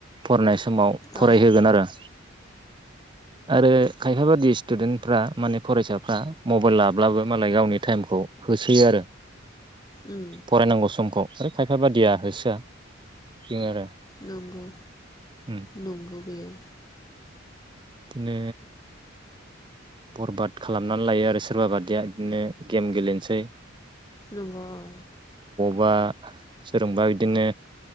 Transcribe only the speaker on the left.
औ
उम
नंगौ
नंगौ बेयो।
नंगौ औ